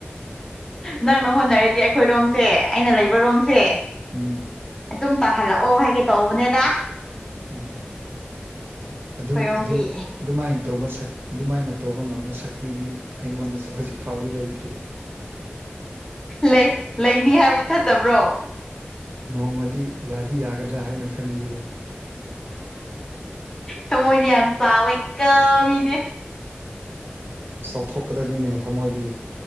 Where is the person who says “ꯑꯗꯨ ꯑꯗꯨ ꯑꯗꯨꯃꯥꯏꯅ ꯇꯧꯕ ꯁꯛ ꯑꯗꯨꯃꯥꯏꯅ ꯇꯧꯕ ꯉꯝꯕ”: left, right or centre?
Right